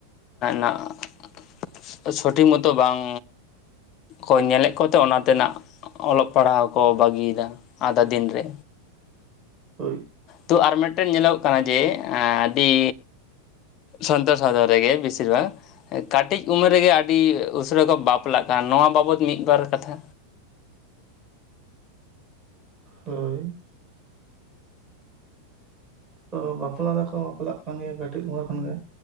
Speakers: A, on the left; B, on the right.
A: ᱱᱟᱜ ᱾ ᱥᱚᱴᱷᱤᱠ ᱢᱚᱛᱚ ᱵᱟᱝ ᱠᱚ ᱧᱮᱞᱮᱫ ᱠᱚᱛᱮ ᱚᱱᱟ ᱛᱮᱱᱟᱜ ᱚᱞᱚᱜ ᱯᱟᱲᱦᱟᱣ ᱠᱚ ᱵᱟᱹᱜᱤᱭ ᱫᱟ ᱟᱫᱷᱟ ᱫᱤᱱ ᱨᱮ
B: ᱦᱳᱭ
A: ᱛᱚ ᱟᱨ ᱢᱤᱫ ᱴᱮᱱ ᱧᱮᱞᱚᱜᱚᱜ ᱠᱟᱱᱟ ᱡᱮ ᱟᱹᱰᱤ ᱥᱟᱱᱛᱟᱲ ᱨᱮᱜᱮ ᱵᱤᱥᱤᱨ ᱵᱷᱟᱜ ᱠᱟᱹᱴᱤᱡ ᱩᱢᱮᱨ ᱨᱮᱜᱮ ᱟᱹᱰᱤ ᱩᱥᱟᱹᱨᱟ ᱠᱚ ᱵᱟᱯᱞᱟᱜ ᱠᱟᱱᱟ ᱱᱚᱣᱟ ᱵᱟᱵᱚᱫ ᱢᱤᱫ ᱵᱟᱨ ᱠᱟᱛᱷᱟ
B: ᱦᱳᱭ ᱛᱚ ᱵᱟᱯᱞᱟ ᱫᱚᱠᱚ ᱵᱟᱯᱞᱟᱜ ᱠᱟᱱ ᱜᱮᱭᱟ ᱠᱟᱹᱴᱤᱡ ᱩᱢᱮᱨ ᱠᱷᱚᱱ ᱜᱮ